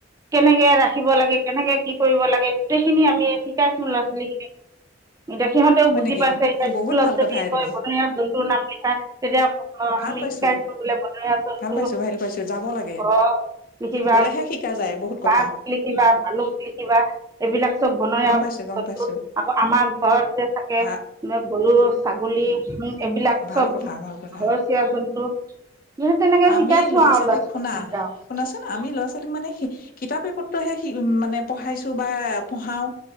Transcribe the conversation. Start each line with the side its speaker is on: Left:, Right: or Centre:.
Right: কেনেকে ৰাখিব লাগে কেনেকে কি কৰিব লাগে গোটেইখিনি আমি শিকাইছো ল'ৰা-ছোৱালী খিনিক। এতিয়া সিহঁতেও
Left: হয়
Right: বুজি
Left: নেকি
Right: পাইছে এতিয়া
Left: অ বহুত
Right: স্কুলত
Left: ভাল
Right: যদি
Left: কথা এইটো
Right: কয় বনৰীয়া জন্তু নাম লিখা তেতিয়াও অ
Left: ভাল
Right: আমি
Left: পাইছো
Right: শিকাইচো বোলে বনৰীয়া জোন্ত
Left: ভাল পাইছো ভাল পাইছো যাব লাগে
Right: বাঘ লিখিবা
Left: গলেহে শিকা যায় বহুত
Right: পাক
Left: কথা
Right: লিখিবা ভালুক লিখিবা এইবিলাক বনৰীয়া
Left: গম পাইছো গম পাইছো
Right: আকৌ আমাৰ ঘৰত যে থাকে
Left: ভা
Right: গৰু ছাগলী উম এইবিলাক
Left: ভাল
Right: চব
Left: কথা ভাল কথা
Right: ঘৰৰ চীয়া জন্তু তেনেকে
Left: আমি
Right: শিকাইছো আৰু
Left: ছোৱালীক
Right: ল'ৰা ছোৱালী
Left: শুনা
Right: কেটাও
Left: শুনাচোন আমি ল'ৰা ছোৱালীক মানে কিতাপে পত্ৰইহে উ মানে পঢ়াইছো বা পঢ়াও